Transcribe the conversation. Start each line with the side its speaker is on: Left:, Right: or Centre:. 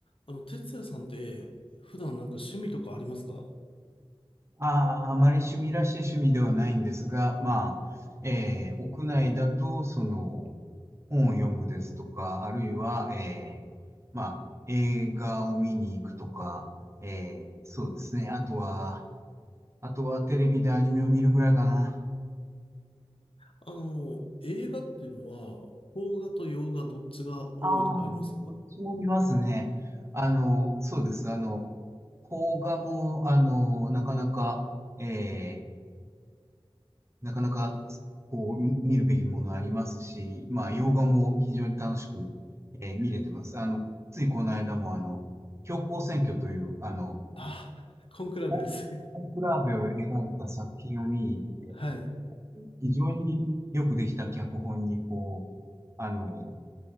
Left: あの、哲也さんって、普段なんか趣味とかありますか
Right: ああ、あまり趣味らしい趣味ではないんですが、まあ、えー屋内だと、その、本を読むですとか、あるいは、えーまあ、映画を見に行くとか、えーそうですね。あとは、あとはテレビでアニメを見るぐらいかな。
Left: あの、映画っていうのは、邦画と洋画どっちが多いとかあります
Right: ああ、こっちも見ますね。あの、そうです。あの、邦画も、あの、なかなか、えーなかなか、こう、み見るべきものありますし、まあ、洋画も非常に楽しく、えー見れてます。あの、ついこの間も、あの、教皇選挙という、あの、
Left: あ、コンクラベです。
Right: ココンクラーベを描いた作品を見に行って、
Left: <laughs> はい。
Right: 非常によくできた脚本に、こう、あの、